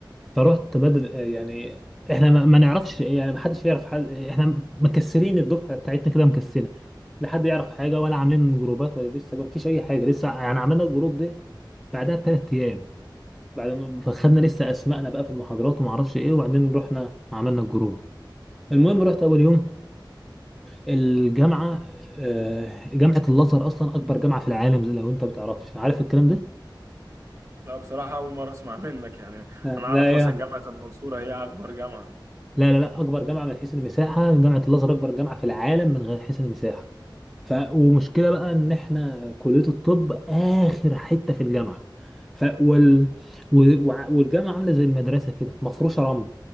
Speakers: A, in the centre; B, on the right (about 40°).
A: فرحت بدل آه، يعني احنا ما ما نعرفش إيه، يعني ما حدش يعرف حد احنا مكسرين الدفعه بتاعتنا كده مكسره لا حد يعرف حاجه ولا عاملين جروبات ولا لسه ما فيش اي حاجه لسه يعني عملنا الجروب ده بعدها بثلاث ايام بعد ما فخدنا لسه اسمائنا بقى في المحاضرات وما اعرفش ايه وبعدين رحنا عملنا الجروب المهم رحت اول يوم الجامعة آه، جامعة الأزهر أصلا أكبر جامعة في العالم زي لو أنت بتعرفش عارف الكلام ده؟
B: لا بصراحة أول مرة أسمع منك يعني
A: آه،
B: أنا أعرف
A: لا
B: مثلا
A: يا
B: جامعة المنصورة هي أكبر جامعة
A: لا لا لا أكبر جامعة من حيث المساحة جامعة الأزهر أكبر جامعة في العالم من غير حيث المساحة ف... ومشكلة بقى إن إحنا كلية الطب آخر حتة في الجامعة ف... وال... و... وع- والجامعة عاملة زي المدرسة كده مفروشة رمل